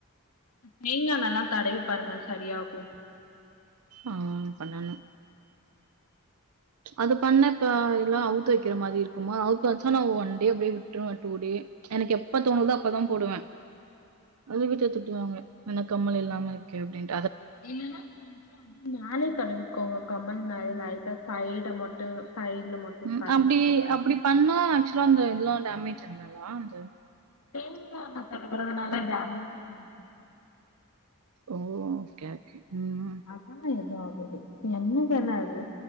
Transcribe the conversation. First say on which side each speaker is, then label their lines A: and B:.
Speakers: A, on the left; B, on the right.
A: தேங்கா எண்ணலா தடவி பாருங்க சரியாகு
B: ஆ பண்ணனு அது பண்ண இப்ப எல்லா அவுத்து வெக்கிற மாரி இருக்குமா அவுத்து வெச்சா நா ஒன் டே அப்டியே விட்டுருவே டூ டே எனக்கு எப்ப தோணுதோ அப்பதா போடுவே அதுக் வீட்ல திட்டுவாங்குவே என்ன கம்மல் இல்லாம இருக்க அப்டினு
A: இல்லனா கொஞ்சோ மேலே தடவிக்கோங்க கம்மல் மேல லைட்டா சைடு மட்டு சைட்ல மட்டு
B: ம்
A: தடவிட்டு
B: அப்டி
A: பாருங்க
B: அப்டி பண்ணா ஆக்சுவலா இந்த இதுலாம் தம்மி <unintelligible>
A: தேங்கா எண்ண தடவுறனால டமே <inaudible>
B: ஓ ஓகே ஓகே ம்.
A: அதலாம் எதும் அவ் எண்ண தான அது